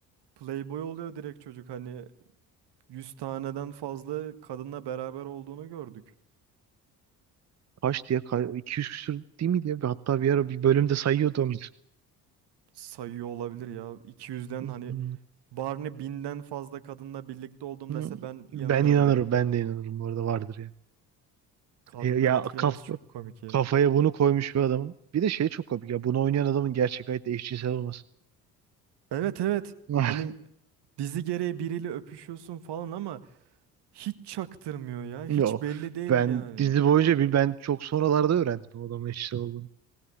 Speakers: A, on the right; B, on the right.
A: Playboy oluyor direkt çocuk hani 100 taneden fazla kadınla beraber olduğunu gördük.
B: Kaçtı ya? Ka- 200 küsür değil miydi ya? Hatta bir ara bir bölümde sayıyordu onu.
A: Sayıyor olabilir ya iki yüzden
B: Hı
A: hani
B: hı.
A: Barney binden fazla kadınla birlikte oldum
B: Hı.
A: dese ben
B: Ben
A: inanırım
B: inanırım.
A: direkt o.
B: Ben de inanırım. Bu arada vardır ya.
A: Kadınları
B: He- Ya
A: etkilemesi
B: kaf
A: çok komik ya.
B: kafaya bunu koymuş bir adamın. Bir de şey çok komik ya. Bunu oynayan adamın gerçek hayatta eşcinsel olması.
A: Evet evet
B: <laughs>
A: hani Dizi gereği biriyle öpüşüyorsun falan ama hiç çaktırmıyor ya. Hiç
B: Yo.
A: belli değil
B: Ben
A: yani.
B: dizi boyunca bir ben çok sonralarda öğrendim o adamın eşcinsel olduğunu.